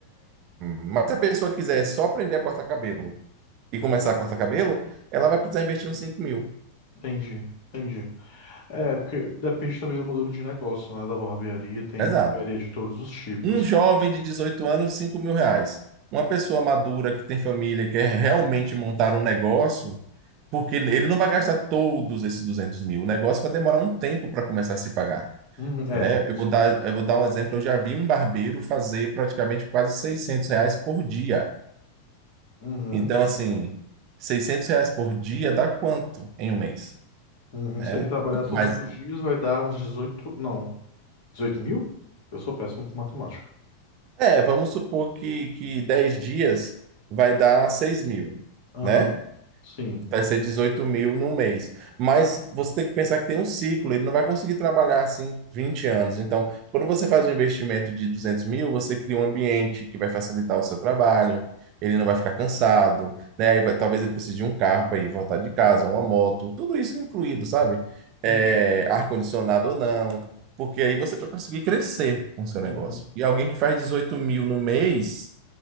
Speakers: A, on the right; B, on the left.
A: Mas se a pessoa quiser só aprender a cortar cabelo e começar a cortar cabelo, ela vai precisar investir uns 5 mil.
B: Entendi. Entendi. É, porque depende também do modelo de negócio, né? Da barbearia. Tem
A: Exato.
B: barbearia de todos os tipos.
A: Um jovem de 18 anos, 5 mil reais. Uma pessoa madura que tem família e quer realmente montar um negócio, porque ele não vai gastar todos esses 200 mil. O negócio vai demorar um tempo para começar a se pagar,
B: Uhum. É,
A: né? Eu
B: sim.
A: vou dar, eu vou dar um exemplo. Eu já vi um barbeiro fazer praticamente quase seiscentos reais por dia.
B: Uhum.
A: Então, assim, 600 reais por dia dá quanto em um mês,
B: Uhum.
A: né?
B: Se ele trabalhar todos
A: Mas,
B: os dias, vai dar uns dezoito Não, 18 mil? Eu sou péssimo com matemática.
A: é, vamos supor que, que 10 dias vai dar 6 mil,
B: Aham.
A: né?
B: Sim.
A: Vai ser 18 mil no mês. Mas você tem que pensar que tem um ciclo, ele não vai conseguir trabalhar assim 20 anos. Então, quando você faz um investimento de 200 mil, você cria um ambiente que vai facilitar o seu trabalho, ele não vai ficar cansado, né? Aí vai- talvez ele precise de um carro para ir voltar de casa, uma moto, tudo isso incluído, sabe?
B: Uhum.
A: É, ar-condicionado ou não, porque aí você vai conseguir crescer com o seu
B: Uhum.
A: negócio. E alguém que faz 18 mil no mês